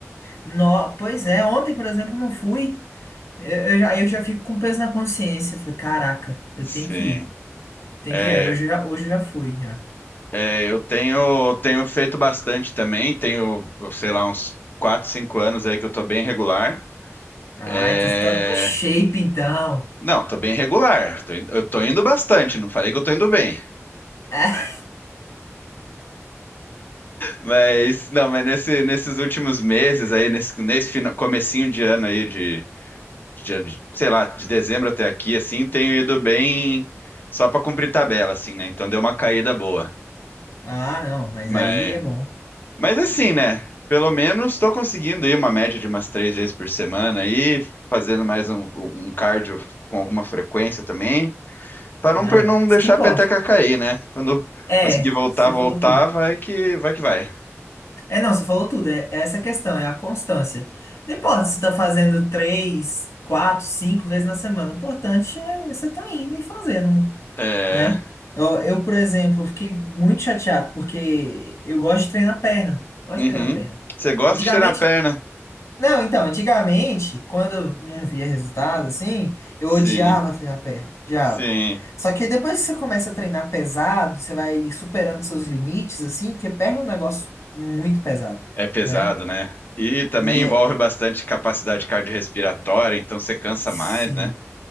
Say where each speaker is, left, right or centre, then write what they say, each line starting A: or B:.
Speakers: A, on the left (about 70°); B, on the left (about 40°).
A: No, pois é, ontem, por exemplo, eu não fui. Eu, eu já, eu já fico com peso na consciência. Falei, caraca, eu
B: Sim.
A: tenho que ir. Tem
B: É,
A: que ir. Aí hoje eu já, hoje eu já fui, já.
B: é, eu tenho, tenho feito bastante também, tenho, sei lá, uns 4, 5 anos aí que eu tô bem regular.
A: Ah,
B: É,
A: então você tá no shape, então.
B: Não, tô bem regular, tô in- eu tô indo bastante, não falei que eu tô indo bem.
A: É.
B: Mas, não, mas nesse- nesses últimos meses aí, nesse, nesse fina- comecinho de ano aí, de, de- de- sei lá, de dezembro até aqui, assim, tenho ido bem só pra cumprir tabela, assim, né? Então deu uma caída boa.
A: Ah, não, mas
B: Mas,
A: aí é bom.
B: mas assim, né? Pelo menos tô conseguindo ir uma média de umas três vezes por semana aí, fazendo mais um, um cardio com alguma frequência também, pra não,
A: Ah,
B: per-
A: não.
B: não
A: Isso
B: deixar
A: que importa.
B: a peteca cair, né? Quando
A: É,
B: conseguir voltar,
A: você
B: voltar,
A: falou tudo.
B: vai que vai que vai.
A: É, não, você falou tudo. É é essa questão, é a constância. Não importa se você tá fazendo três, quatro, cinco vezes na semana. O importante é você tá indo e fazendo,
B: É.
A: né? Eu, eu, por exemplo, fiquei muito chateado porque eu gosto de treinar perna. Gosto
B: Uhum.
A: de treinar perna.
B: Você gosta
A: Antigamente
B: de estender na perna?
A: não, então, antigamente, quando eu não via resultado, assim, eu
B: Sim,
A: odiava treinar perna, odiava.
B: sim.
A: Só que aí depois que você começa a treinar pesado, você vai superando seus limites, assim, porque perna é um negócio muito pesado,
B: É pesado,
A: né?
B: né? E também
A: É,
B: envolve bastante capacidade cardiorrespiratória, então você cansa
A: sim.
B: mais, né?